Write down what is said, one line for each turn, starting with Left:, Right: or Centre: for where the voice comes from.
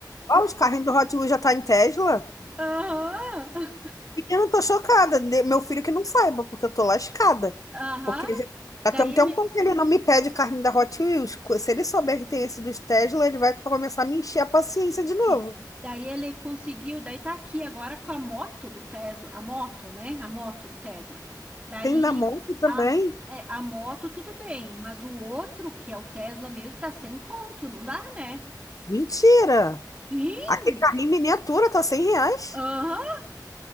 Left: Ó, os carrinhos do Hot Wheels já tá em Tesla.
Right: <laughs> Aham.
Left: Menina, eu tô chocada. De- Meu filho que não saiba, porque eu tô lascada.
Right: Aham,
Left: Porque já
Right: Daí
Left: já tem um tempão
Right: ele,
Left: que ele não me pede carrinho da Hot Wheels. Co- Se ele souber que tem esse dos Tesla, ele vai começar a me encher a paciência de novo.
Right: sim, daí ele conseguiu, daí tá aqui agora com a moto do Tesla, a moto, né? A moto do Tesla. Daí
Left: Tem da Monk também?
Right: a, é, a moto tudo bem, mas o outro, que é o Tesla mesmo, tá sem conto, não dá, né?
Left: Mentira!
Right: Sim!
Left: Aquele carrinho em miniatura tá 100 reais.
Right: Aham,